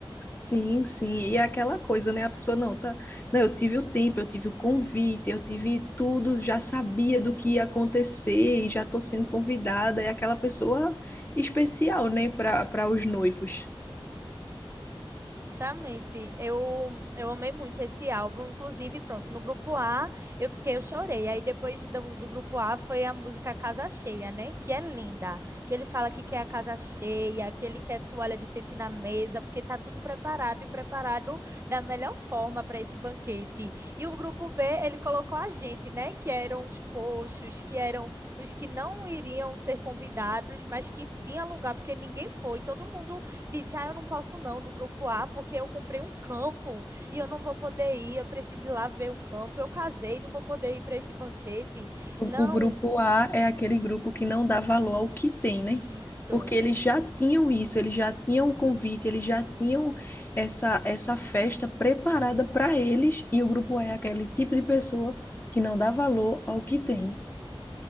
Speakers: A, on the left (about 20°); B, on the right (about 30°).
A: Sim, sim, e é aquela coisa, né? A pessoa não tá, não, eu tive o tempo, eu tive o convite, eu tive tudo, já sabia do que ia acontecer e já tô sendo convidada, é aquela pessoa especial, né, para para os noivos.
B: Justamente, eu, eu amei muito esse álbum, inclusive, pronto, no grupo A eu fiquei, eu chorei, aí depois do, do grupo A foi a música Casa Cheia, né, que é linda, que ele fala que quer a casa cheia, que ele quer toalha de cetim na mesa, porque tá tudo preparado e preparado da melhor forma para esse banquete, e o grupo B, ele colocou a gente, né, que eram os coxos, que eram os que não iriam ser convidados, mas que tinha lugar, porque ninguém foi, todo mundo disse: Ah, eu não posso não do grupo A, porque eu comprei um campo e eu não vou poder ir, eu preciso ir lá ver o campo. Eu casei, não vou poder ir para esse banquete.
A: O,
B: Não,
A: o grupo A é aquele grupo que não dá valor ao que tem, né?
B: isso.
A: Porque eles já tinham isso, eles já tinham o convite, eles já tinham essa essa festa preparada para eles, e o grupo A é aquele tipo de pessoa que não dá valor ao que tem.